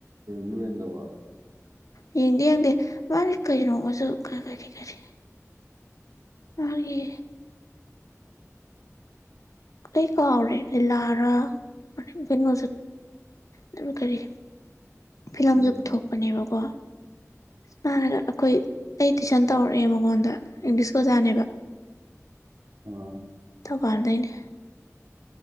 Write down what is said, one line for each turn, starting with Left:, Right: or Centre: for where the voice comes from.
Right: ꯅꯪꯗꯕ
Left: ꯏ ꯌꯦꯗꯦ ꯃꯔ ꯀꯅꯅꯨꯡꯃꯁꯨ ꯀ ꯀꯔꯤ ꯀꯔꯤ ꯃꯥꯒꯤ ꯁꯩ ꯀꯥꯎꯔꯔꯤꯗꯤ ꯂꯥꯔ <unintelligible> ꯊꯧ ꯀꯔꯤ ꯐꯤꯂꯝꯁꯨ
Right: ꯎꯝ
Left: ꯄꯨꯊꯣꯛꯄꯅꯦꯕꯀꯣ ꯁꯨꯃꯔꯒ ꯑꯩꯈꯣꯏ ꯑꯩ ꯇꯨꯏꯁꯟ ꯇꯧꯔꯛꯑꯦ ꯃꯉꯣꯟꯗ ꯏꯪꯂꯤꯁ ꯑꯣꯖꯥꯅꯦꯕ
Right: ꯑ
Left: ꯄꯥꯔꯗꯅ